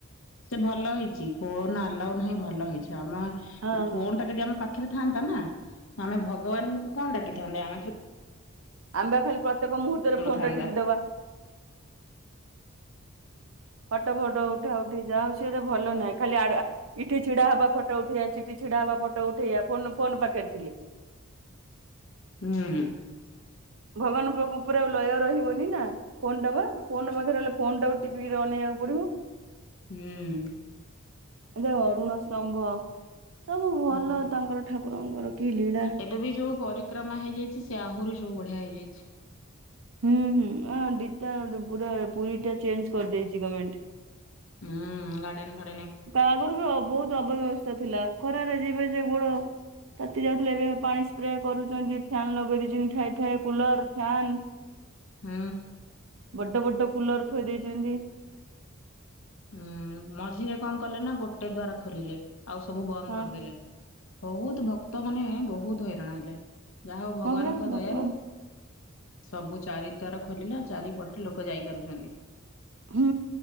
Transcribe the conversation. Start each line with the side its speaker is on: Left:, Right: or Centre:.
Left: ସେ ଭଲ ହେଇଛି ଫୋନ ଆଲାଉ ନାହିଁ ଭଲ ହେଇଛି। ଆମ
Right: ହଁ
Left: ଫୋନ୍
Right: ହଁ
Left: ଟା ଯଦି ଆମ ପାଖରେ ଥାନ୍ତା ନା ଆମେ ଭଗବାନଙ୍କୁ କଣ ଡାକି। <unintelligible>
Right: ଆମ୍ବେ ଖାଲି ପ୍ରତ୍ୟେକ ମୁହୂର୍ତ୍ତରେ ଫୋନ
Left: ଥାନ୍ତା
Right: ଟା ଟିପି ଦବା। ଫଟୋ ଫଟୋ ଉଠା ଉଠି ଯାଉ ସି ଭଲ ନାହିଁ ଖାଲି ଇଠି ଛିଡା ହବା ଫଟୋ ଉଠେଇ ଚି। ଛିଡ଼ାହବା ଫଟ ଉଠେଇିଆ ଫୋନ୍ ଫୋନ ପଖେରେ।
Left: ହୁଁ ହୁଁ।
Right: ଭଗବାନ ପାଖକୁ ପୁରା ଲୟ ରହିବନି ନା। ଫୋନ ଟବା ଫୋନ ପାଖରେ ହେଲେ ଫୋନ ଟିପିକି ଅନନେଇବାକୁ ପଡି଼ବ।
Left: ହୁଁ।
Right: ସେ ଅରୁଣ ସ୍ତମ୍ଭ। ସବୁ ଭଲ
Left: ହୁଁ
Right: ତାଙ୍କର ଠାକୁରଙ୍କର କି ଲୀଳା।
Left: ଏବେ ବି ଯୋଉ ପରିକ୍ରମା ହେଇଯାଇଛି ସେ ଆହୁରି ସବୁ ବଢି଼ଆ ହେଇଯାଇଛି।
Right: ହୁଁ ହୁଁ ପୁରା ପୁରୀ ଟା ଚେଞ୍ଜ କରିଦେଇଛି ଗମେଣ୍ଟ।
Left: ହୁଁ ଗାଡେନ। ଭା-
Right: ତାଆଗରୁ ବି ବହୁତ ଅପବ୍ୟବସ୍ଥା ଥିଲା ଖରାରେ ଯିବେ ଯେ ଗୋଡ଼। ରାତି ଯାଉଥିଲେ ଏବେ ପାଣି ସ୍ପ୍ରେ କରୁଛନ୍ତି ଫ୍ୟାନ୍ ଲଗେଇ ଦେଇଛନ୍ତି ଠଏ ଠଏ କୁଲର ଫନ୍।
Left: ହୁଁ।
Right: ବଡ ବଡ କୁଲର ଥୋଇ ଦେଇଛନ୍ତି।
Left: ହୁଁ ମଝିରେ କଣ କଲେ ନା ଗୋଟେ ଦ୍ଵାର ଖୋଲିଲେ। ଆଉ ସବୁ ବନ୍ଦ
Right: ହଁ
Left: କରିଦେଲେ ବହୁତ ଭକ୍ତ ମାନ ବହୁତ ହଇରାଣ ହେଲେ। ଯାହା ହଉ ଭଗବାନଙ୍କ
Right: ହଁ ପରା ଭଗବାନ
Left: ଦୟାରୁ ସବୁ ଚାରି ଦ୍ଵାରା ଖୋଲିଲା ଚାରିପଟେ ଲୋକ ଯାଇପାରୁଛନ୍ତି।
Right: ହୁଁ।